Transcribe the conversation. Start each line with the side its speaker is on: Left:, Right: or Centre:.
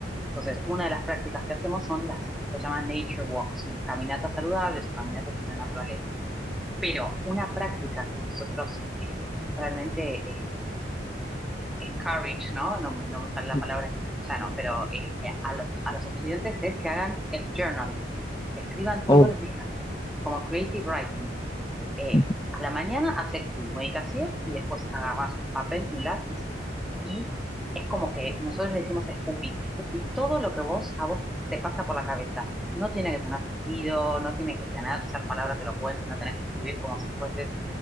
Centre: Entonces, una de las prácticas que hacemos son las, lo que llaman nature walks, caminatas saludables o caminatas en la naturaleza. Pero una práctica que nosotros eh, realmente eh, encourage, ¿no? ¿no? no me sale la
Left: Ujú.
Centre: palabra en castellano, pero eh, a, los, a los estudiantes es que hagan el journaling, que escriban todos
Left: Oh,
Centre: los días, como creative writing, eh,
Left: ujú.
Centre: a la mañana haces tu meditación y después agarras un papel y un lápiz y es como que nosotros le decimos escupís, escupís todo lo que vos a vos te pasa por la cabeza. No tiene que tener sentido, no tiene que tener ser palabras elocuentes, no tenés que escribir como si fueses